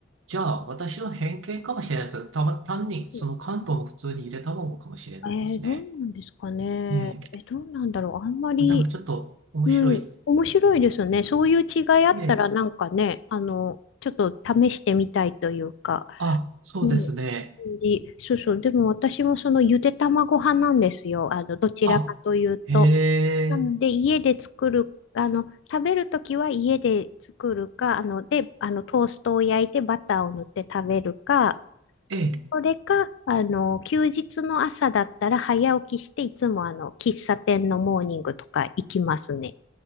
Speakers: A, on the right; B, on the left.
A: じゃあ私の偏見かもしれないです。たま、単にその関東も普通にゆで卵かもしれないですね。
B: えー、どうなんですかね。
A: ねえ。
B: え、どうなんだろう。あんまり、
A: あ、でもちょっと面白い。
B: うん、面白いですね。そういう違いあったらなんかね、
A: ええ。
B: あの、ちょっと試してみたいというか、
A: あ、そうですね。
B: ね、感じそうそう。でも私もそのゆで卵派なんですよ。あの、どちらかというと。
A: あ、へえ。
B: なので、家で作る、あの、食べるときは家で作るか、あの、で、あの、トーストを焼いてバターを塗って食べるか、
A: ええ
B: それか、あの、休日の朝だったら早起きして、いつもあの、喫茶店のモーニングとか行きますね。